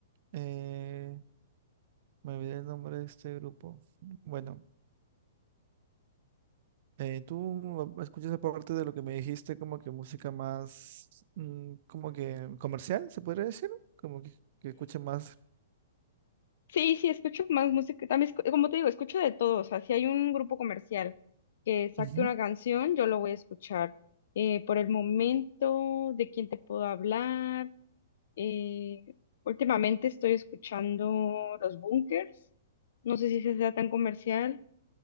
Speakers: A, on the right; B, on the left.
A: eh, me olvidé el nombre de este grupo. Bueno, eh, tú escuchas aparte de lo que me dijiste, como que música más, mm, como que comercial, se podría decir, como que, que escuche más.
B: Sí, sí, escucho más música. También, escu- como te digo, escucho de todo. O sea, si hay un grupo comercial que saque
A: Ujú.
B: una canción, yo lo voy a escuchar. Eh, por el momento, ¿de quién te puedo hablar? Eh, últimamente estoy escuchando Los Bunkers. No sé si se sea tan comercial.